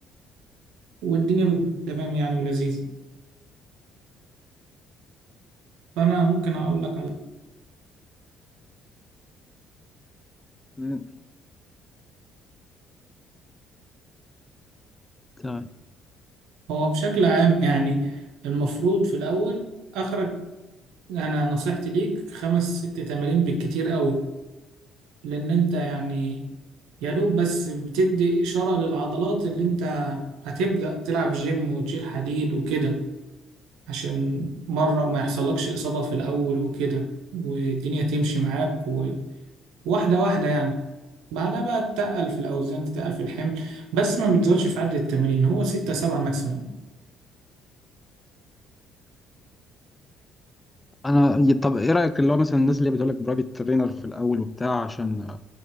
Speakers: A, on the right; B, on the left.
A: والدنيا بتبقى تمام يعني ولذيذة فأنا ممكن أقول لك على
B: مم. تمام
A: هو بشكل عام يعني المفروض في الأول آخرك أنا نصيحتي ليك خمس ست تمارين بالكتير أوي لأن أنت يعني يا دوب بس بتدي إشارة للعضلات اللي أنت هتبدأ تلعب جيم وتشيل حديد وكده عشان مرة ما يحصلكش إصابة في الأول وكده والدنيا تمشي معاك وواحدة واحدة يعني بعدها بقى تتقل في الأوزان تتقل في الحمل بس ما بتزودش في عدد التمارين هو ستة سبعة ماكسيموم
B: أنا طب ايه رأيك اللي هو مثلا الناس اللي بتقولك برايفت ترينر في الأول وبتاع عشان